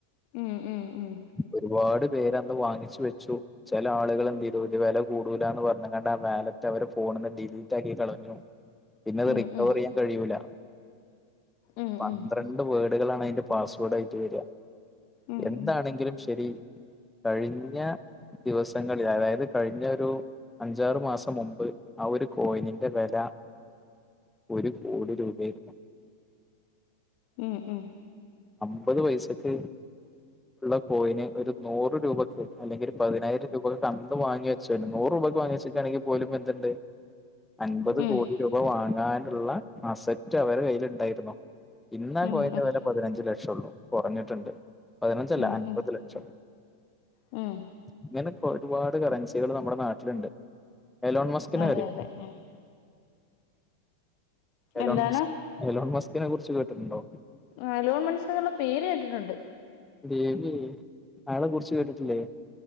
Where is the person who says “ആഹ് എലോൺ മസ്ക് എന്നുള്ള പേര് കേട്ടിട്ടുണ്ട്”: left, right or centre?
Left